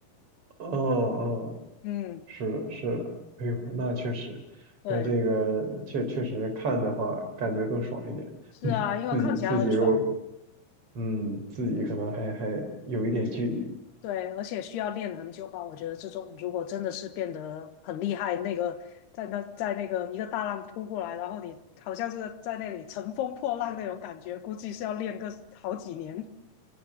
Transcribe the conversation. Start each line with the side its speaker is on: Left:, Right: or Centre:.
Right: 哦哦，
Left: <laughs> 嗯，
Right: 是的，是的，哎呦，那确实，
Left: 对，
Right: 那这个确确实看的话，感觉更爽一点，
Left: 是啊，
Right: 嗯，
Left: 因为看起来很爽。
Right: 自己自己如果，嗯，自己可能还还有一点距离，
Left: 对，而且需要练很久吧？我觉得这种如果真的是变得很厉害，那个在那在那个一个大浪扑过来，然后你好像是在那里乘风破浪那种感觉，估计是要练个好几年。